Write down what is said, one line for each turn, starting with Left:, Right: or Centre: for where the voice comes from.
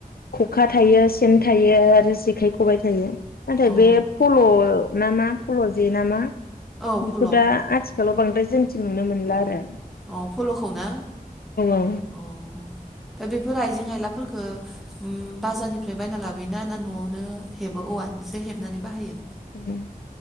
Left: खखा थायो सेन थायो आरो जेखाइ खबाइ थायो। नाथाय
Centre: अ
Left: बे फल' नामा फल' जे नामा
Centre: औ
Left: बेखौ
Centre: फल'
Left: दा आथि आथिखालाव बांद्राय जन्थि नुनो मोनला आरो।
Centre: अ फल'खौ ना
Left: औ
Centre: अ औ। दा बेफोर आइजें आयलाफोरखो ओम बाजारनिफ्राय बायना लाबोयोना ना न'आवनो हेबो औवानिसो हेबनानै बाहायो?
Left: ओं